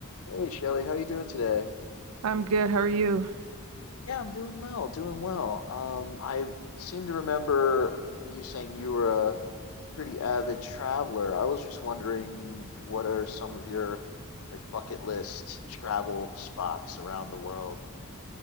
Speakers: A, on the left; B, on the right.
A: Hey Shelly, how you doing today?
B: I'm good. How are you?
A: Yeah, I'm doing well, doing well. Um, I seem to remember you saying you were a pretty avid traveler. I was just wondering what are some of your like bucket list travel spots around the world?